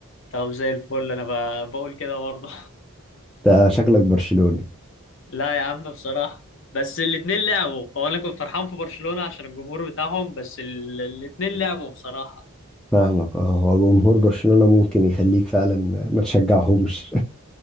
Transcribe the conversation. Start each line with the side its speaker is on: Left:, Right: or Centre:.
Left: طب زي الفل انا ب- بقول كده برضه
Centre: انت شكلك برشلوني
Left: <laughs> لا يا عم بصراحة بس الاتنين لعبوا هو انا كنت فرحان في برشلونة عشان الجمهور بتاعهم بس ال- الاتنين لعبوا بصراحة
Centre: فاهمك اه هو جمهور برشلونة ممكن يخليك فعلا ما تشجعهمش